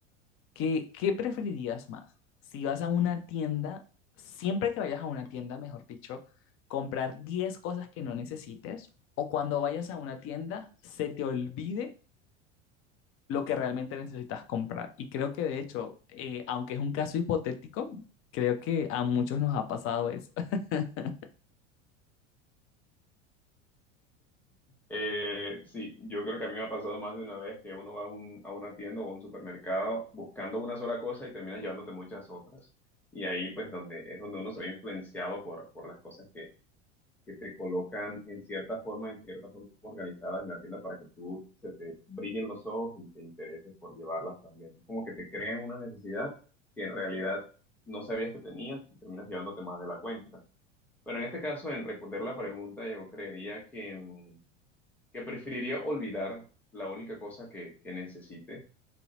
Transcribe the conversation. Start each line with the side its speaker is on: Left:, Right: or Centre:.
Left: ¿Qué, qué preferirías más? Si vas a una tienda, siempre que vayas a una tienda, mejor dicho, comprar 10 cosas que no necesites o cuando vayas a una tienda se te olvide lo que realmente necesitas comprar. Y creo que de hecho, eh, aunque es un caso hipotético, creo que a muchos nos ha pasado eso. <laughs>
Centre: Eh, sí, yo creo que a mí me ha pasado más de una vez que uno va a, un- a una tienda o a un supermercado buscando una sola cosa y terminas llevándote muchas otras. Y ahí pues donde es donde uno se ve influenciado por, por las cosas que, que te colocan en cierta forma, en cierta forma organizadas en la tienda para que tú se te brillen los ojos y te intereses por llevarlas también. Es como que te crean una necesidad que en realidad no sabías que tenías y terminas llevándote más de la cuenta. Bueno, en este caso, en responder la pregunta, yo creería que, mm, que preferiría olvidar la única cosa que, que necesite,